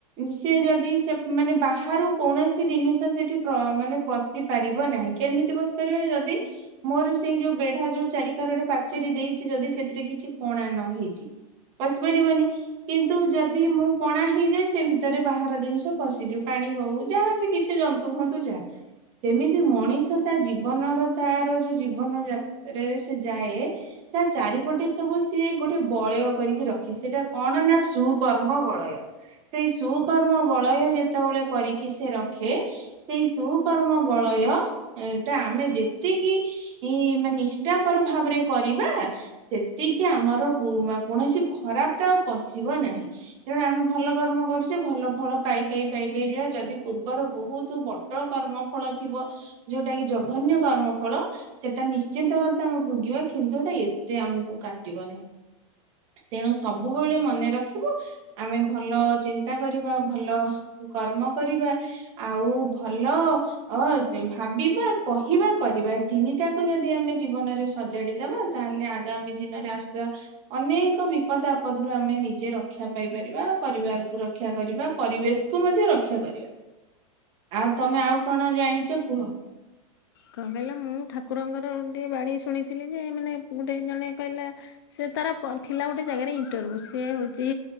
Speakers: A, on the right; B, on the left.
A: ସିଏ ଯଦି ସେ ମାନେ ବାହାରୁ କୌଣସି ଜିନିଷ ସେଠି ପ୍ର ମାନେ ପଶି ପାରିବ ନାହିଁ। କେମିତି ପସି ପାରିବନି ଯଦି ମୋର ସେଇ ଯୋଉ ବେଢା ଯୋଉ ଚାରି କରଡେ ପାଚେରୀ ଦେଇଛି ଯଦି ସେଥିରେ କିଛି କଣା ନ ହେଇଛି। ପଶି ପାରିବନି। କିନ୍ତୁ ଯଦି ମୁଁ କଣା ହେଇଯାଏ ସେ ଭିତରେ ବାହାର ଜିନିଷ ପଶିଯିଉ ପାଣି ହଉ ଯାହାବି କିଛି ଯନ୍ତ ନ୍ତୁ ହଅନ୍ତୁ ଯା ସେମିତି ମଣିଷ ତା ଜୀବନର ତାର ଯୋଉ ଜୀବ ଜୀବନ ଯାତ୍ରାରେ ସେ ଯାଏ। ତା ଚାରିପଟେ ସବୁ ସିଏ ଗୋଟେ ବଳୟ କରିକି ରଖେ ସେଇଟା କଣ ନା ସୁକର୍ମ ବଳୟ। ସେଇ ସୁକର୍ମ ବଳୟ ଯେତେବେଳେ କରିକି ସେ ରଖେ। ସେଇ ସୁକର୍ମ ବଳୟ ଏ ଟା ଆମେ ଯେତିକି କି ମାନେ ନିଷ୍ଠାପର ଭାବରେ କରିବା। ସେତିକି ଆମର ପୁ କୌଣସି ଖରାପ ଟା ଆଉ ପଶିବ ନାହିଁ। ତେଣୁ ଆମେ ଭଲ କର୍ମ କରୁଛେ ଭଲ ଫଳ ପାଇ ପାଇ ପାଇ ପାଇ ଯିବା ଯଦି ପୂର୍ବର ବହୁତ ବଡ କର୍ମ ଫଳ ଥିବ ଯୋଉଟା କି ଜଘନ୍ୟ କର୍ମ ଫଳ। ସେଟା ନିଶ୍ଚିନ୍ତ ମାତେ ଆମେ ଭୋଗିବା କିନ୍ତୁ ଏଟା ଏତେ ଆମକୁ କାଟିବ ନି। ତେଣୁ ସବୁବେଳେ ମନେ ରଖିବ ଆମେ ଭଲ ଚିନ୍ତା କରିବା ଭଲ। କର୍ମ କରିବା ଆଉ ଭଲ। ଅ ଭାବିବା କହିବା କରିବା ଏ ତିନିଟା ଯାକ ଯଦି ଆମେ ଜୀବନରେ ସଜାଡିଦବା। ତାହେଲେ ଆଗାମୀ ଦିନରେ ଆସୁଥିବା। ଅନେକ ବିପଦ ଆପଦ ରୁ ଆମେ ନିଜେ ରକ୍ଷା ପାଇପାରିବା ପରିବାରକୁ ରକ୍ଷା କରିବା ପରିବେଶ। କୁ ମଧ୍ୟ ରକ୍ଷା କରିବା ଆଉ ତମେ ଆଉ କଣ ଜାଣିଛ କୁହ।
B: କଣ କହିଲ ମୁଁ ଠାକୁରଙ୍କର ଗୋଟିଏ ବାଣୀ ଶୁଣିଥିଲି ଯେ ମାନେ ଗୋଟେ ଜଣେ କଇଲା। ସେ ତାର କ ଥିଲା ଗୋଟେ ଜାଗାରେ ଇଣ୍ଟରଭ୍ୟୁ ସିଏ ହଉଛି